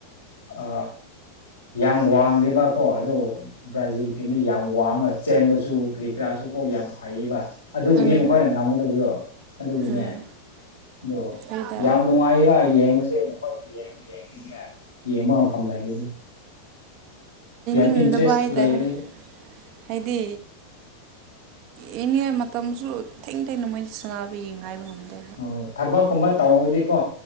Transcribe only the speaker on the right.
ꯎꯝ
ꯎꯝ
ꯍꯣꯏꯗ
ꯇꯟꯗꯕ
ꯍꯥꯏꯇꯥꯔꯦ
ꯍꯥꯏꯗꯤ ꯌꯦꯡꯅꯤ ꯍꯥꯏ ꯃꯇꯝꯁꯨ ꯊꯦꯡ ꯊꯦꯡꯅ ꯃꯣꯏꯁ ꯁꯥꯟꯅꯥꯕ ꯌꯦꯡ ꯉ ꯍꯥꯏꯕ ꯉꯝꯗꯦ